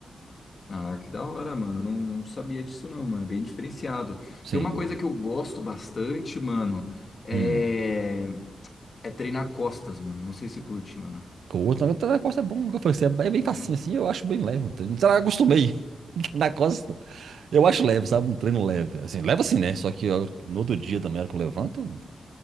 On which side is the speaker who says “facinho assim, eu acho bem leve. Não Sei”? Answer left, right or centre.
Right